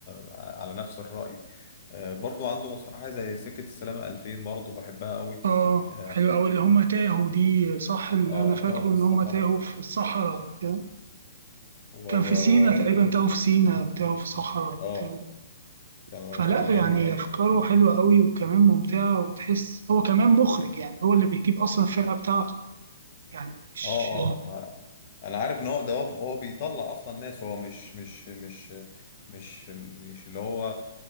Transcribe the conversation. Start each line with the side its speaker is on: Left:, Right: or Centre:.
Left: آه، على نفس الراي آه، برضو عنده مسرحيه زي سكه السلامه 2000 برضو بحبها قوي
Right: آه
Left: اه
Right: حلو أوي اللي هما تاهوا دي صح إن
Left: آه،
Right: أنا فاكره
Left: تاهوا في
Right: إن
Left: الصحراء
Right: هما تاهوا في الصحراء أو كده
Left: و
Right: كان في
Left: و
Right: سينا
Left: وفضلوا-
Right: تقريبا تاهوا في سينا أو تاهوا في صحراء
Left: اه
Right: تاهوا
Left: كانوا
Right: فلا
Left: رايحين
Right: يعني
Left: اه
Right: أفكاره حلوة أوي وكمان ممتعة وتحس هو كمان مخرج يعني هو اللي بيجيب أصلا الفرقة بتاعته يعني مش
Left: اه آه، انا عارف ان هو ده هو هو بيطلع اصلا ناس هو مش مش مش مش مش اللي هو